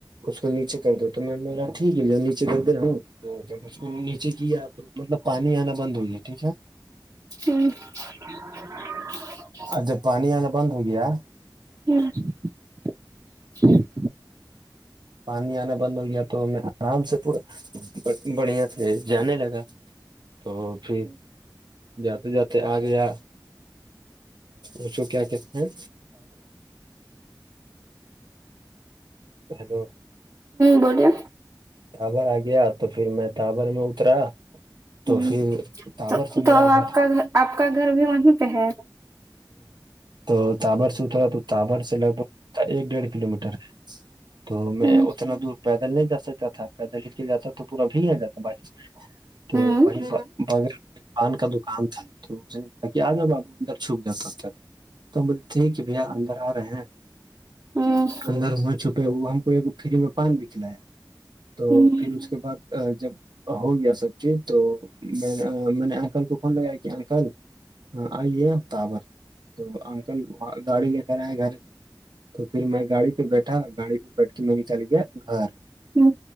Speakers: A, on the right; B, on the right.
A: اس کو نیچے کر دو تو میں نے بولا ٹھیک ہے نیچے کر رہا ہوں تو جب اس کو نیچے کیا تو مطلب پانی آنا بند ہو گیا ٹھیک ہے
B: ہوں <unintelligible>
A: اور جب پانی آنا بند ہو گیا
B: ہوں
A: پانی آنا بند ہو گیا تو میں آرام سے پورا بڑھیا سے جانے لگا تو پھر جاتے جاتے آ گیا اس کو کیا کہتے ہیں ہیلو
B: بولیے
A: تبر آ گیا تو پھر میں تابر میں اترا تو
B: ہوں
A: پھر تابر
B: تو
A: سے میرا
B: تو آپ
A: گھر
B: کا آپ کا گھر بھی وہیں پہ ہے
A: تو تبر سے اترا ہے تو تبر سے لگ بھگ ایک ڈیڑھ کلو میٹر ہے تو میں
B: ہوں
A: اتنا دور پیدل نہیں جا سکتا تھا پیدل ہل کے جاتا تو پورا بھیگ نہیں جاتا بارش میں تو
B: ہوں
A: وہ بغل پان کا دکان تھا تو اس نے کہا کہ آجا بابو اندر چھپ تو ہم بولی ٹھیک ہے بھیا اندر ا رہے ہیں
B: ہوں
A: تو اندر چھپے ہوئے ہم کو ایک فری میں پان بھی کھلایا تو
B: ہوں
A: پھر اس کے بعد جب ہو گیا سب چیز تو میں میں نے انکل کو فون لگایا کہ انکل ہاں آئیے ہم تابر تو انکل گاڑی لے کر آئے گھر تو پھر میں گاڑی پہ بیٹھا گاڑی پہ بیٹھ کے میں بھی چل گیا گھر
B: ہوں